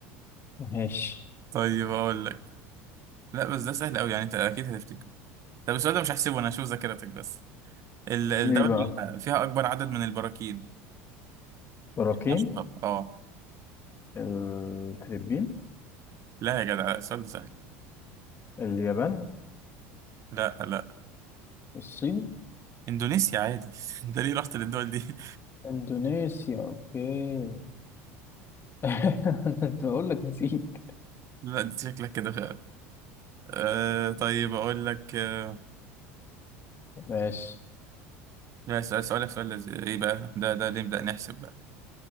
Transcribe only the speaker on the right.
طيب أقول لك لا بس ده سهل أوي يعني أنت أكيد هتفتكره طب السؤال ده مش هحسبه أنا هشوف ذاكرتك بس ال- الدولة
اللي فيها أكبر عدد من البراكين
أشطب أه
لا يا جدع السؤال ده سهل
لا لا
اندونيسيا عادي <laughs> انت ليه رحت للدول دي
<laughs> لا انت شكلك كده فعلا آه طيب اقول لك آه
لا سؤال سؤالك سؤال لذيذ. ايه بقى ده ده ليه؟ نبدأ نحسب بقى